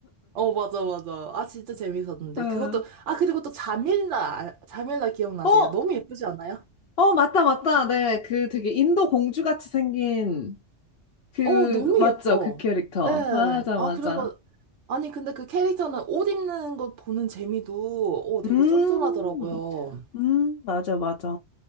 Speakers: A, on the right; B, on the left.
A: 어, 맞아, 맞아. 아, 진짜 재밌었는데.
B: <laughs> 예.
A: 그것도, 아, 그리고 또 자밀라, 아, 자밀라 기억나세요?
B: 어,
A: 너무 예쁘지 않아요?
B: 어, 맞다, 맞다. 네. 그 되게 인도 공주 같이 생긴 그,
A: 어, 너무
B: 맞죠?
A: 예뻐.
B: 그 캐릭터.
A: 네.
B: 맞아,
A: 아,
B: 맞아.
A: 그래가, 아니, 근데 그 캐릭터는 옷 입는 거 보는 재미도, 어, 되게
B: 음,
A: 쏠쏠하더라고요.
B: 음, 맞아, 맞아.